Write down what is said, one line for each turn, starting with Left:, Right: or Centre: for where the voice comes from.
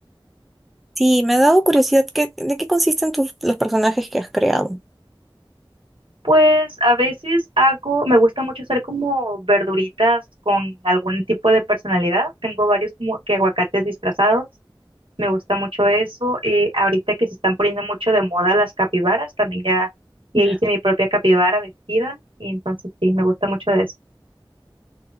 Centre: Sí, me ha dado curiosidad, ¿qué- de qué consisten tus, los personajes que has creado?
Right: Pues a veces hago, me gusta mucho hacer como verduritas con algún tipo de personalidad. Tengo varios como que aguacates disfrazados. Me gusta mucho eso. Eh, ahorita que se están poniendo mucho de moda las capibaras, también ya, ya
Centre: Ya.
Right: hice mi propia capibara vestida y entonces sí, me gusta mucho eso.